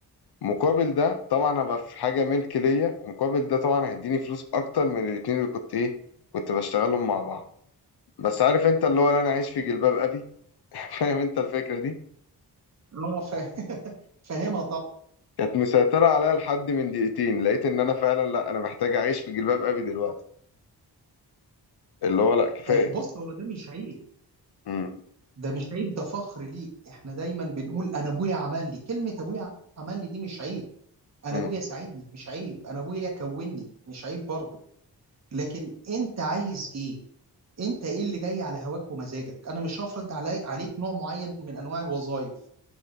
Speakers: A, on the left; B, on the right.
A: مقابل ده طبعا ابقى في حاجه ملك ليا ومقابل ده طبعا هيديني فلوس اكتر من الاتنين اللي كنت ايه كنت بشتغلهم مع بعض بس عارف انت اللي هو لا انا عايش في جلباب ابي <laughs> فاهم انت الفكره دي
B: اه فا- <laughs> فاهمها طبعا
A: كانت مسيطره عليا لحد من دقيقتين لقيت ان انا فعلا لا انا محتاج اعيش في جلباب ابي دلوقتي اللي هو لا كفايه
B: آه، بص هو ده مش عيب
A: امم
B: ده مش عيب ده فخر ليك احنا دايما بنقول انا ابويا عمل لي كلمة ابويا عمل لي دي مش عيب انا
A: امم
B: ابويا ساعدني مش عيب انا ابويا كوني مش عيب برضه لكن انت عايز ايه انت ايه اللي جاي على هواك ومزاجك انا مش هفرض علي عليك نوع معين من انواع الوظائف